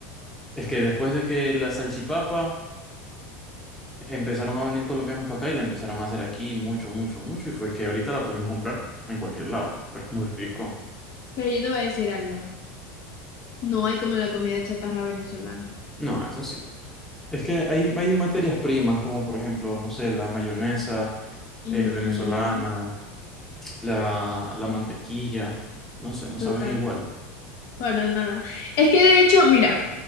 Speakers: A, in the centre; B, on the left (about 55°).
A: Es que después de que la salchipapa Empezaron a venir colombianos para acá y la empezaron a hacer aquí mucho, mucho, mucho. Y fue que ahorita la podemos comprar en cualquier lado, pero es muy rico.
B: Pero yo te voy a decir algo. No hay como la comida chatarra venezolana.
A: No, eso sí. Es que hay, hay materias primas, como por ejemplo, no sé, la mayonesa
B: Ujú,
A: eh, venezolana, la, la mantequilla. No sé, no
B: Total,
A: saben igual.
B: para nada. Es que de hecho, mira,